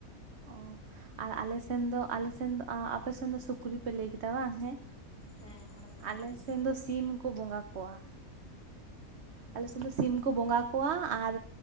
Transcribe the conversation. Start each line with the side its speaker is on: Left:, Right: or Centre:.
Right: ᱚ ᱟᱨ ᱟᱞᱮᱥᱮᱱ ᱫᱚ ᱟᱞᱮᱥᱮᱱ ᱫᱚ ᱟᱯᱮᱥᱮᱱ ᱫᱚ ᱥᱩᱠᱨᱤ ᱯᱮ ᱞᱟᱹᱭ ᱠᱮᱫᱟ ᱵᱟᱝ ᱦᱮᱸ
Left: ᱦᱮᱸ ᱥᱮᱫ ᱥᱩᱠᱨᱤ
Right: ᱟᱞᱮ ᱥᱮᱱ ᱫᱚ ᱥᱤᱢ ᱠᱚ ᱵᱚᱸᱜᱟ ᱠᱚᱣᱟ ᱟᱞᱮ ᱥᱮᱫ ᱫᱚ ᱥᱤᱢ ᱠᱚ ᱵᱚᱸᱜᱟ ᱠᱚᱣᱟ ᱟᱨ